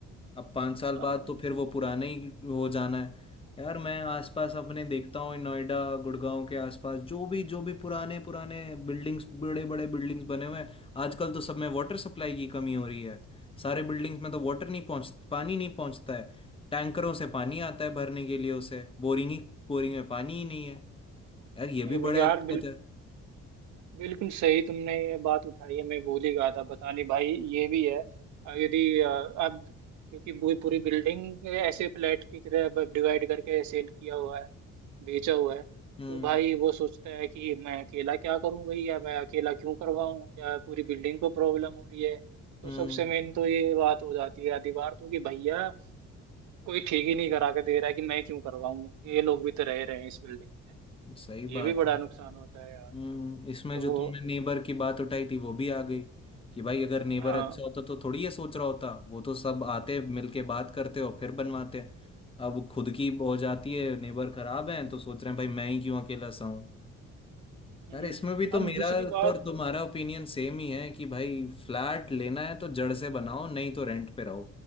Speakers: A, on the left; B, on the right.
A: अब पाँच साल
B: हाँ,
A: बाद तो फिर वो पुराने ही हो जाना है यार मैं आसपास अपने देखता हूँ नोएडा गुड़गांव के आसपास जो भी जो भी पुराने पुराने बिल्डिंग्स बड़े बड़े बिल्डिंग्स बने हुए हैं आजकल तो सब में वाटर सप्लाई की कमी हो रही है सारे बिल्डिंग्स में तो वाटर नहीं पहुँच पानी नहीं पहुँचता है टैंकरों से पानी आता है भरने के लिए उसे बोरिंग ही बोरिंग में पानी ही नहीं है यार ये भी
B: तो यार
A: बड़ा दिक्कत है
B: बिल्कुल सही तुमने ये बात उठाई है मैं भूल ही गया था बताने भाई ये भी है अ, यदि अ, अब क्योंकि पूरी पूरी बिल्डिंग ऐसे फ्लैट की तरह डिवाइड करके सेल किया हुआ है बेचा हुआ है
A: हम्म
B: तो भाई वो सोचता है कि मैं अकेला क्या करूं भाई या मैं अकेला क्यों करवाऊं या पूरी बिल्डिंग को प्रॉब्लम हो रही है तो
A: हम्म
B: सबसे मेन तो ये बात हो जाती है आधी बार तो कि भैया कोई ठीक ही नहीं करा के दे रहा है कि मैं क्यों करवाऊं ये लोग भी तो रह रहे हैं इस बिल्डिंग में
A: सही
B: ये
A: बात
B: भी बड़ा
A: है
B: नुकसान होता है यार
A: हम्म इसमें
B: तो
A: जो तुमने नेबर की बात उठाई थी वो भी आ गई कि भाई अगर नेबर
B: हाँ
A: अच्छा होता तो थोड़ी ये सोच रहा होता वो तो सब आते मिलके बात करते और फिर बनवाते अब वो खुद की हो जाती है नेबर खराब है तो सोच रहे हैं भाई मैं ही क्यों अकेला सहूं
B: हम्म,
A: यार इसमें भी तो
B: अब
A: मेरा
B: दूसरी बात
A: तो और तुम्हारा ओपिनियन सेम ही है कि भाई फ्लैट लेना है तो जड़ से बनाओ नहीं तो रेंट पे रहो